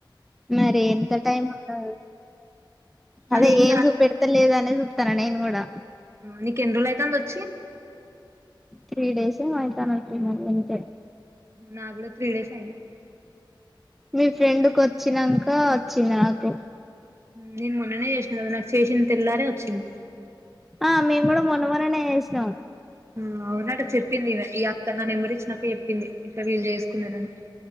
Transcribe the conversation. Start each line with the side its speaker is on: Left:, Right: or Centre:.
Centre: మరి ఎంత టైం ఉన్న
Right: మరి
Centre: అదే ఏం
Right: కా
Centre: చూపెడతలేదని అ నె జూతన నేన్ కూడా
Right: నీక ఎండ్రోళ అయితంది వచ్చి
Centre: త్రీ డేస్ ఏ అవుతానట్టునది అంతే
Right: నాగూడా త్రీ డేస్ అయింది
Centre: మీ ఫ్రెండ్కి వచ్నాకా వచ్చింది నాకు
Right: నేను మొన్ననే చేసినాను కదా నాకు చేసింది తెిల్లారే వచ్చింది
Centre: ఆ మేము కూడా మొన్నమొననే చేసినాం
Right: ఆ అవునట చెప్పింది ఈ అక్క నా నెంబర్ ఇచ్చినాక చెప్పింది ఇలా వీళ్ళు చేసుకున్నరని